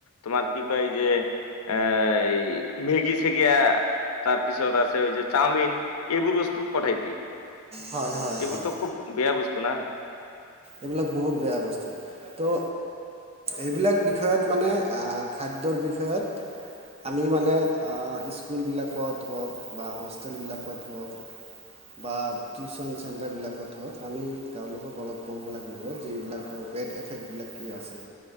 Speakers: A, on the left (about 80°); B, on the right (about 30°).
A: তোমাৰ কি কয়, যে আহ মেগী চেগি আহ তাৰপিছত আছে ঐযে চাওমিন এইবোৰ বস্তু পঠাই দিয়ে।
B: হয় হয়
A: এইবোৰতো
B: হয়
A: খুব বেয়া বস্তু। <unintelligible>
B: এইবিলাক বহুত বেয়া বস্তু তো এইবিলাক বিষয়ত মানে খাদ্যৰ বিষয়ত আমি মানে স্কুলবিলাকত হওক, বা হোষ্টেলবিলাকত হওক, বা টিউচন চেণ্টাৰবিলাকত হওক, আমি তেওঁলোকক অলপ ক'ব লাগিব যে এইবিলাকৰ বেড এফেক্টবিলাক কি আছে।